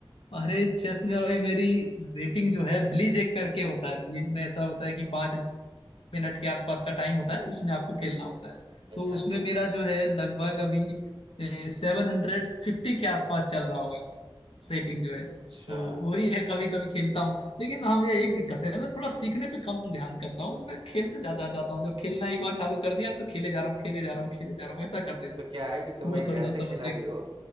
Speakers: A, on the left (about 85°); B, on the right (about 65°).
A: अरे चेस में अभी मेरी रेटिंग जो है ब्लीज एक करके होता है ब्लीज में ऐसा होता है कि पाँच मिनट के आसपास का टाइम होता है उसमें आपको खेलना होता है
B: अच्छा
A: तो उसमें
B: अच्छा अच्छा
A: मेरा जो है लगभग अभी सेवन हंड्रेड फिफ्टी के आसपास चल रहा होगा सेटिंग जो है तो
B: अच्छा
A: वही है कभी कभी खेलता हूँ लेकिन हाँ भैया एक दिक्कत है मैं थोड़ा सीखने पे कम ध्यान करता हूँ मैं खेलते जा जा जाता हूँ जब खेलना एक बार चालू कर दिया तो खेले जा रहा हूँ खेले जा रहा हूँ खेले जा रहा हूँ ऐसा कर देता
B: तो
A: हूँ
B: क्या है कि तुम
A: वो
B: एक
A: थोड़ा
B: ऐसे
A: समस्या
B: खिलाड़ी हो